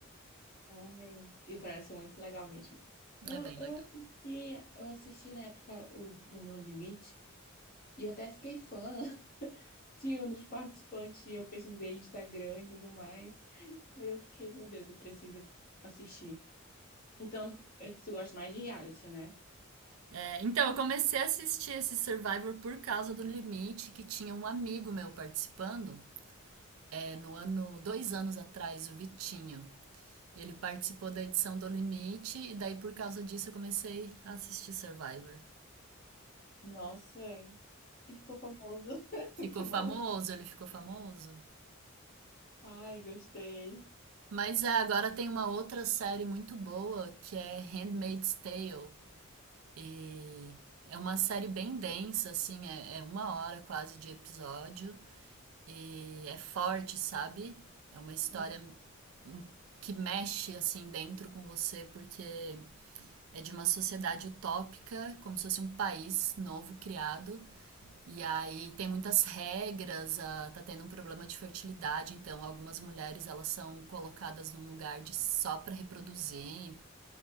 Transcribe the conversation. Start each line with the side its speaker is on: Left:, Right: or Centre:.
Left: Ai. E parece muito legal mesmo. Eu,
Right: É bem
Left: eu
Right: legal.
Left: assisti, eu assisti na época o do No Limite e eu até fiquei fã de um dos participantes, e eu pesquisei Instagram e tudo mais. Aí eu fiquei, meu Deus, eu preciso assistir. Então, eh, tu gosta mais de reality, né?
Right: É, então, eu comecei a assistir esse Survivor por causa do Limite, que tinha um amigo meu participando. é, no ano, dois anos atrás, o Vitinho. E ele participou da edição do Limite, e daí por causa disso eu comecei a assistir Survivor.
Left: Nossa, ele ficou famoso. <laughs>
Right: Ficou
Left: Muito
Right: famoso,
Left: bom.
Right: ele ficou famoso.
Left: Ai, gostei.
Right: Mas é, agora tem uma outra série muito boa que é Handmaid's Tale. E é uma série bem densa, assim, é, é uma hora quase de episódio. E é forte, sabe? É uma história
Left: Uhum.
Right: hum, que mexe assim dentro com você, porque É de uma sociedade utópica, como se fosse um país novo criado. E aí tem muitas regras, ah, tá tendo um problema de fertilidade, então algumas mulheres elas são colocadas num lugar de só para reproduzir.